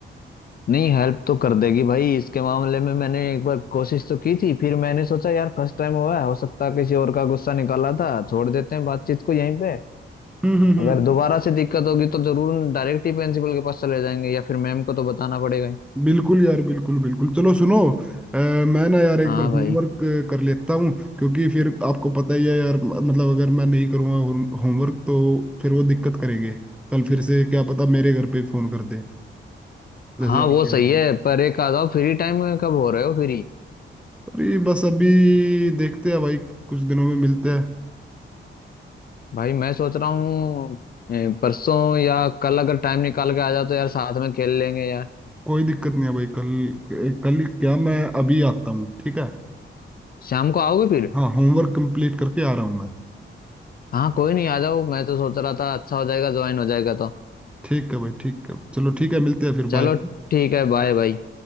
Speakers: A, on the left (about 50°); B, in the centre.
A: नहीं हेल्प तो कर देगी भाई इसके मामले में मैंने एक बार कोशिश तो की थी फिर मैंने सोचा यार फर्स्ट टाइम हुआ है हो सकता है किसी और का गुस्सा निकाला था छोड़ देते हैं बातचीत को यहीं पे
B: हम्म हम्म हम्म
A: अगर दोबारा से दिक्कत होगी तो जरूर डायरेक्ट ही प्रिंसिपल के पास चले जाएंगे या फिर मैम को तो बताना पड़ेगा ही
B: बिल्कुल यार बिल्कुल बिल्कुल चलो सुनो अ, मैं ना यार एक
A: हाँ
B: बार
A: भाई
B: होमवर्क कर लेता हूँ क्योंकि फिर आपको पता ही है यार म- मतलब अगर मैं नहीं करूँगा होमवर्क तो फिर वो दिक्कत करेंगे कल फिर से क्या पता मेरे घर पे ही फोन कर दे जैसे
A: हाँ
B: आपके
A: वो सही
B: लिए
A: है पर एक आ जाओ फ्री टाइम कब हो रहे हो फ्री
B: अरे बस अभी देखते हैं भाई कुछ दिनों में मिलते हैं
A: भाई मैं सोच रहा हूँ ए, परसों या कल अगर टाइम निकाल के आ जाओ तो यार साथ में खेल लेंगे यार
B: कोई दिक्कत नहीं है भाई कल कल क्या मैं अभी आता हूँ ठीक है
A: शाम को आओगे फिर
B: हाँ होमवर्क कंप्लीट करके आ रहा हूँ मैं
A: हाँ कोई नहीं आ जाओ मैं तो सोच रहा था अच्छा हो जाएगा ज्वाइन हो जाएगा तो
B: ठीक है भाई ठीक है चलो ठीक है मिलते हैं फिर
A: चलो
B: बाय
A: ठीक है बाय भाई